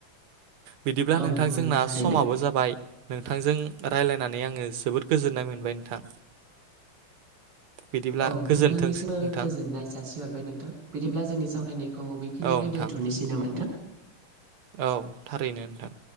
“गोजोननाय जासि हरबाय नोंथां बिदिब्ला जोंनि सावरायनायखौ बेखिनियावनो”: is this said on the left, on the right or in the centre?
Right